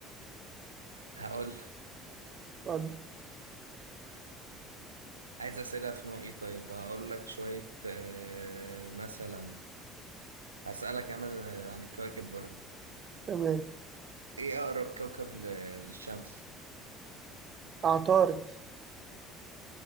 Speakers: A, on the right; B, on the right.
A: هقول
B: اتفضل
A: عايز أسئلة في نوع إيه طيب هقول لك شوية آه، مثلا هسألك عن عن الكواكب برضه
B: تمام
A: إيه أقرب كوكب ل- للشمس؟
B: اعترض